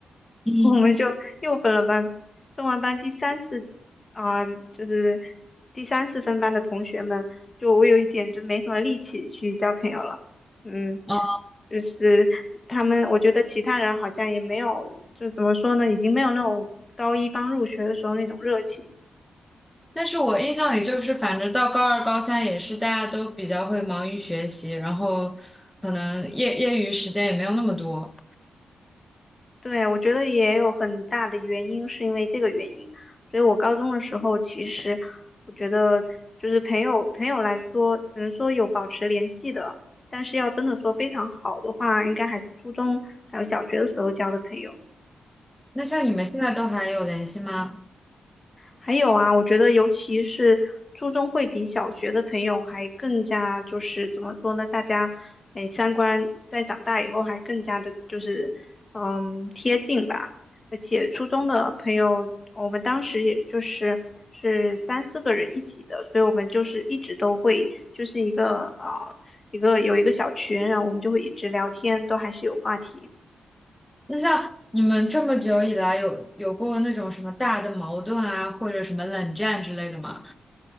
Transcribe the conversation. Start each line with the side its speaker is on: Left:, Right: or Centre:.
Centre: 嗯，
Left: <laughs> 我们就又分了班。分完班第三次啊、就是第三次分班的同学们，就我有一点就没什么力气去交朋友了。嗯，
Centre: 哦，
Left: 就是他们，我觉得其他人好像也没有，就怎么说呢，已经没有那种高一刚入学的时候那种热情了。
Centre: 但是我印象里就是，反正到高二、高三也是大家都比较会忙于学习，然后可能业业余时间也没有那么多。
Left: 对，我觉得也有很大的原因是因为这个原因，所以我高中的时候其实我觉得就是朋友朋友来说，只能说有保持联系的，但是要真的说非常好的话，应该还是初中还有小学的时候交的朋友。
Centre: 那像你们现在都还有联系吗？
Left: 还有啊，我觉得尤其是初中会比小学的朋友还更加就是怎么说呢？大家哎三观在长大以后还更加的就是嗯贴近吧。而且初中的朋友，我们当时也就是是三四个人一起的，所以我们就是一直都会就是一个啊一个有一个小群，然后我们就会一直聊天，都还是有话题。
Centre: 那像你们这么久以来有有过那种什么大的矛盾啊，或者什么冷战之类的吗？